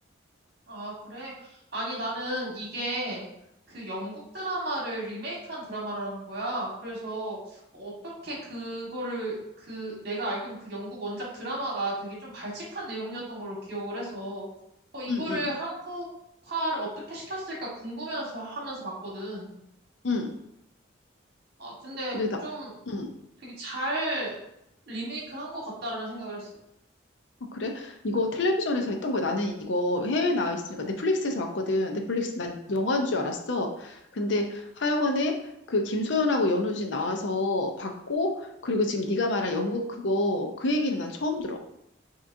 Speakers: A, on the right (about 55°); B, on the left (about 60°).
A: 아, 그래? 아니, 나는 이게 그 영국 드라마를 리메이크한 드라마라는 거야. 그래서 어떻게 그거를 그 내가 알기로는 그 영국 원작 드라마가 되게 좀 발칙한 내용이었던 걸로 기억을 해서 어, 이거를
B: 응, 응,
A: 한국화를 어떻게 시켰을까 궁금해서 하면서 봤거든.
B: 응.
A: 아, 근데
B: 근데 나,
A: 좀
B: 응.
A: 되게 잘 리메이크를 한 것 같다라는 생각을 했어.
B: 아, 그래? 이거 텔레비전에서 했던 거야. 나는 이거 해외에 나와 있으니까 넷플릭스에서 봤거든. 넷플릭스 난 영화인 줄 알았어. 근데 하여간에 그 김소연하고 연우진 나와서 봤고, 그리고 지금 네가 말한 영국 그거, 그 얘기는 난 처음 들어.